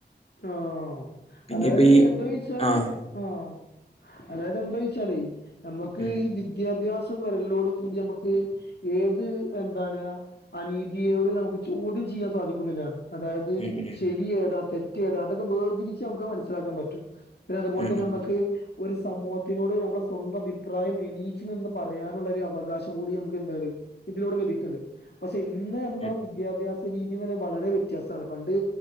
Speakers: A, on the left; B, on the left.
A: ആഹ്‌,
B: പിന്നെ
A: അതായത്
B: ഇപ്പൊ ഈ
A: എന്തോയിച്ചാല്
B: ആഹ്
A: ആഹ്‌, അതായത് എന്തോയ്ച്ചാലേ നമ്മക്ക്
B: ഉം
A: ഈ വിദ്യാഭ്യാസ ച്ച വരലോട് കൂടി ഞമ്മക്ക് ഏത് എന്താണ് അനീതിയോട് നമുക്ക് ചോദ്യം ചെയ്യാൻ സാധിക്കും ന്നുള്ളതാണ്. അതായത്
B: ഉം ഉം
A: ശരി ഏതാ തെറ്റേതാ അതൊക്കെ വേർതിരിച്ച് ഞമ്മക്ക് മനസ്സിലാക്കാൻ പറ്റും. പിന്നെ അതുപോലെ
B: ഉം
A: തന്നെ ഞമ്മക്ക് ഒരു സമൂഹത്തിനോട് നമ്മളെ സ്വന്തം അഭിപ്രായം എണീച്ചു നിന്ന് പറയാനുള്ള ഒരു അവകാശം കൂടി നമുക്ക് എന്താണ് ഇതിലൂടെ ലഭിക്ക്ണ്ട്‌. പക്ഷെ ഇന്ന് നമ്മളെ
B: ഉം ഉം
A: വിദ്യാഭ്യാസ രീതിന്ന് വളരെ വ്യത്യാസാണ് പണ്ട്